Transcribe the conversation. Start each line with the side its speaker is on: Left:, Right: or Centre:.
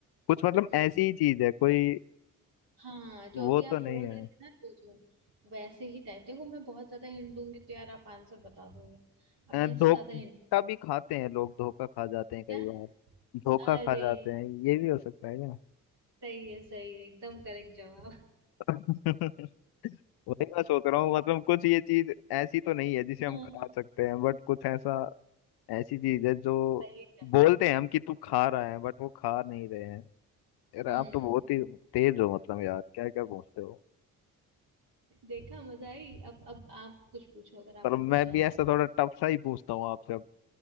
Left: कुछ मतलब
Right: हम्म
Left: ऐसी ही चीज है कोई
Right: हाँ जो
Left: वो
Right: अभी आप
Left: तो नहीं
Right: बोल
Left: है
Right: रहे थे ना जो जो वैसे ही टाइप देखो मैं बहुत ज्यादा हिंट दूंगी तो यार आप आंसर बता दोगे अब
Left: अ,
Right: मैं
Left: धोखा
Right: इससे ज्यादा हिंट
Left: भी खाते हैं लोग धोखा खा जाते हैं कई
Right: क्या
Left: बार धोखा
Right: अरे
Left: खा जाते हैं ये भी हो सकता है क्या
Right: सही है सही है एकदम करेक्ट जवाब
Left: <laughs> वही मैं सोच रहा हूँ मतलब कुछ ये चीज ऐसी तो नहीं है जिसे हम
Right: हाँ
Left: खा सकते हैं बट कुछ ऐसा ऐसी चीज है जो
Right: सही जवाब
Left: बोलते हैं हम कि तू खा रहा है बट वो खा नहीं रहे हैं यार
Right: हम्म
Left: आप तो बहुत ही तेज हो मतलब यार क्या क्या पूछते हो
Right: देखा मजा आई अब अब आप कुछ पूछो अगर
Left: पर
Right: आपको
Left: मैं
Right: कुछ याद
Left: भी ऐसा
Right: है
Left: थोड़ा टफ सा ही पूछता हूँ आपसे